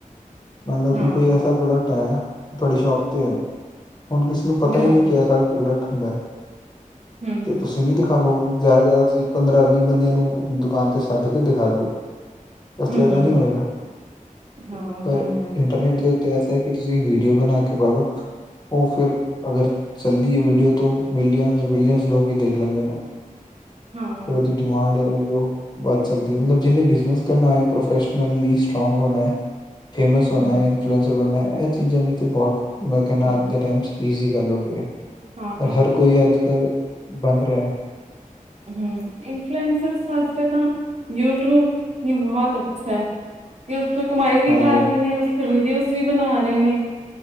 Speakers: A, on the left; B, on the right.
A: ਮੰਨਲਓ ਕਿ
B: ਹਾਂ
A: ਕੋਈ ਐਸਾ ਪ੍ਰੋਡਕਟ ਹੈ ਤੁਹਾਡੀ ਸ਼ੋਪ ਤੇ ਹੈ, ਹੁਣ ਕਿਸ ਉਹਨੂੰ ਪਤਾ
B: ਹੂੰ
A: ਹੀ ਨਹੀਂ, ਕਿ ਏਸਾ ਵੀ ਪ੍ਰੋਡਕਟ ਹੁੰਦਾ ਹੈ।
B: ਹਮ
A: ਤੁਸੀਂ ਨਹੀਂ ਦੇਖਾ ਤਾ ਹੁਣ ਜ਼ਿਆਦਾ ਤੁਸੀਂ, ਪੰਦਰਾਂ ਵੀਹ ਬੰਦਿਆਂ ਨੂੰ ਦੁਕਾਨ ਤੇ ਸੱਦ ਕੇ ਦਿਖਾ ਦਵੋ। ਉਸ
B: ਹੂੰ
A: ਤੋ ਜ਼ਿਆਦਾ ਨਹੀਂ ਹੋਏਗਾ,
B: ਹਾਂ ਉਹ
A: ਪਰ
B: ਤਾਂ ਹੈ
A: ਇੰਟਰਨੈਟ ਦੇ ਉੱਤੇ ਐਸ ਕਿ ਤੁਸੀਂ ਵੀਡੀਓ ਬਣਾ ਕੇ ਪਾ ਦੋ ਉਹ ਫਿਰ ਅਗਰ ਚੱਲਦੀ ਹੈ ਵੀਡੀਓ, ਤਾਂ ਬਿਲੀਅਨ ਵਿਲੀਅਨਸ ਲੋਕ ਹੀ ਦੇਖ ਲੈਂਦੇ ਨਾ।
B: ਹਾਂ
A: ਜੋ ਉਹਦੀ ਡਿਮਾਂਡ ਉਹੀਓ ਵੱਧ ਸਕਦੀ ਹੈ, ਮਤਲਬ, ਜਿੰਨੇ ਬਿਜਨਸ ਕਰਨਾ ਹੈ ਪ੍ਰੋਫੈਸ਼ਨਲੀ ਸਟਰਾਂਗ ਹੋਣਾ ਹੈ। ਫੇਮਸ ਹੋਣਾ,
B: ਹੂੰ
A: ਇਨਫੂਲੈਂਸਰ ਬਣਨਾ ਇਹ ਚੀਜ਼ਾਂ ਨੇ ਤੇ ਬਹੁਤ, ਮੈਂ ਕਹਿਣਾ
B: ਹੂੰ
A: ਅੱਜ ਦੇ ਟਾਈਮ ਚ ਈਜ਼ੀ ਗੱਲ ਹੋ ਗਈ ਹੈ,
B: ਹਾਂ
A: ਪਰ ਹਰ ਕੋਈ ਅੱਜ-ਕੱਲ੍ਹ ਬੰਦ ਰਿਹਾ ਏ।
B: ਹਮ, ਇਨਫਲੂਐਂਸਰ ਵਾਜਤੇ ਤਾ ਯੂਟੀਊਬ ਵੀ ਬਹੁਤ ਅੱਛਾ ਹੈ। ਤੇ ਉਥੋਂ ਕਮਾਈ ਵੀ
A: ਹਾਂਜੀ
B: ਕਰ
A: ਹਾਂਜੀ
B: ਰਹੇ ਨੇ, ਉਸ ਤੇ ਵੀਡੀਓਜ਼ ਵੀ ਬਣਾ ਰਹੇ ਨੇ।